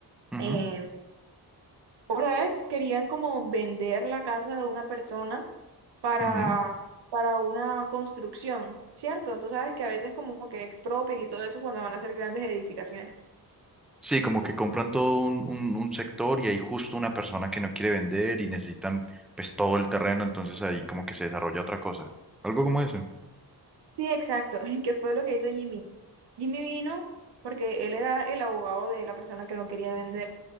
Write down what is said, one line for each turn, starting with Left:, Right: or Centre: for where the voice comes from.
Centre: ujú,
Right: Em, una vez querían como vender la casa de una persona para,
Centre: ujú.
Right: para una construcción, ¿cierto? Tú sabes que a veces como que expropian y todo eso cuando van a hacer grandes edificaciones.
Centre: Sí, como que compran todo un, un, un sector y hay justo una persona que no quiere vender y necesitan pues todo el terreno, entonces ahí como que se desarrolla otra cosa. Algo como eso.
Right: Sí, exacto. <laughs> ¿Y qué fue lo que hizo Jimmy? Jimmy vino porque él era el abogado de la persona que no quería vender.